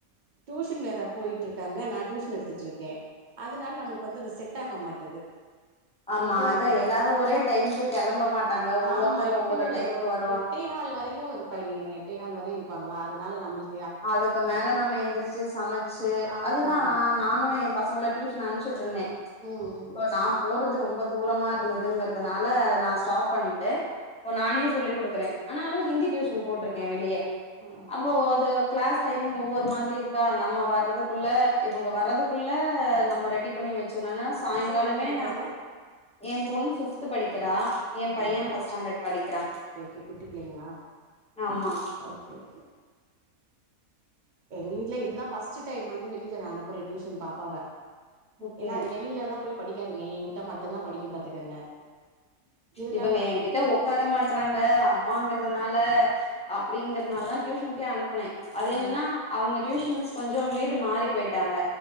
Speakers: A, on the right; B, in the centre.
A: டியூஷன் வேற போய்ட்டு இருக்காங்க நா டியூஷன் எடுத்துட்டுருக்கே அதனால நம்மளுக்கு வந்து அது செட் ஆக மாட்டுது
B: ஆமா
A: ஏன்னா டியூஷன்
B: அத எல்லாரு ஒரே டைமுக்கு கிளம்ப மாட்டாங்க ஒவ்வொருத்தரு
A: ஆமா எப்டியு
B: ஒவ்வொரு
A: ஒரு
B: டைம்க்கு வர
A: எட்டே கால் வரையு இருப்பாங்கங்க எட்டா கால் வரையு இருப்பாங்களா அதனால நம்மளுக்
B: அதுக்கு மேல நம்ம எந்திரிச்சு சமச்சு
A: ஆமா
B: அதுதா நானு எ பச பசங்கள டியூஷன் அனுப்ச்சிட்டுருந்தே
A: ம்
B: இப்ப நா போறது ரொம்ப தூரமா இருந்ததுங்கறதுனால நா ஸ்டாப் பண்ணிட்டே இப்ப நானே சொல்லி குடுக்குறே ஆனாலு ஹிந்தி டியூஷன் போட்ருக்கே வெளிய
A: ஆ
B: அப்போ அது கிளாஸ் டைமிங் ஒவ்வொரு மாதிரி இருக்கா நம்ம வர்றதுக்குள்ள இவங்க வர்றதுக் குள்ள நம்ம ரெடி பண்ணி வச்சிடுனு <unintelligible> சாயங்காலமே
A: பசங்க என்ன படிக்கிறாங்க
B: நா எ பொண்ணு ஃபிப்து படிக்கிறா
A: சூப்பர்
B: எ பைய ஃபஸ்ட் ஸ்டாண்டர்ட் படிக்கிறா
A: ஓகே ஓகே குட்டி பிள்ளைங்களா
B: ஆமா
A: ஓகே ஓகே எங்க வீட்ல இதுதா ஃபர்ஸ்ட் டைம் வந்து வெளில நா அனுப்றே டியூஷன் பாப்பாவ
B: ஓகே
A: ஏன்னா அது வெளிலலா போய் படிக்காதுங்க என்கிட்ட மட்டுதா படிக்கு பாத்துக்கங்க இருந்தாலு
B: இவங்க என்கிட்ட உக்கார மாட்டறாங்க அம்மாங்றத னால அப்டிங்கறனால தா டியூஷன்கே அனுப்புனே அது
A: ஆ
B: என்னன்னா அவுங்க டியூஷன் மிஸ் கொஞ்சோ வீடு மாறி போய்ட்டாங்க